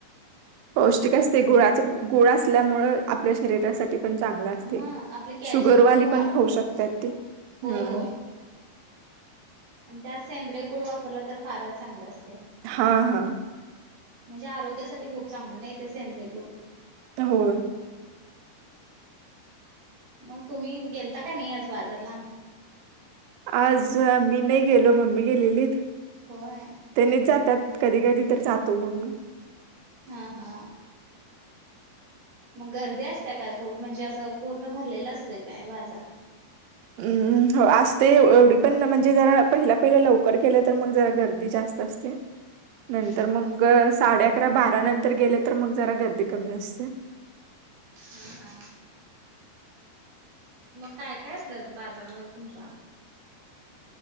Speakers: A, on the right (about 85°); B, on the right (about 70°).
A: पौष्टिक असते, गुळाचं प गुळ असल्यामुळे, आपल्या शरीरासाठी पण चांगलं असते,
B: हा आपले कॅल्शियम
A: शुगरवाली
B: तेन वाढते
A: पण खाऊ शकतात ते,
B: होय
A: हम्म.
B: होय आणि त्यात सेंद्रिय गुळ वापरला, तर फारच चांगलं असतय.
A: हा हा
B: म्हणजे आरोग्यासाठी खूप चांगल, नही तेे सेंद्रियगुळ
A: होय.
B: म तुम्ही गेलता का नाही, आज बाजारला?
A: आज मी नही गेलो, मम्मी गेलेलीत.
B: होय.
A: त्यानीच जात्यात, कधी-कधी तर जातो, मंग मी.
B: हा हा. मग गर्दी असत काय खूप? म्हणजे असं पूर्ण भरलेलं असतोय काय बाजार?
A: अं हो असते, एवढी पण, म्हणजे जरा पहिल्या-पहिल्या लवकर गेलं, तर मंग जरा गर्दी जास्त असते. नंतर
B: होय
A: मग, साडे अकरा-बारा नंतर गेले, तर मग जरा गर्दी कमी असते.
B: ह्म हं. मग काय-काय <unintelligible> बाजारामध्ये तुमच्या?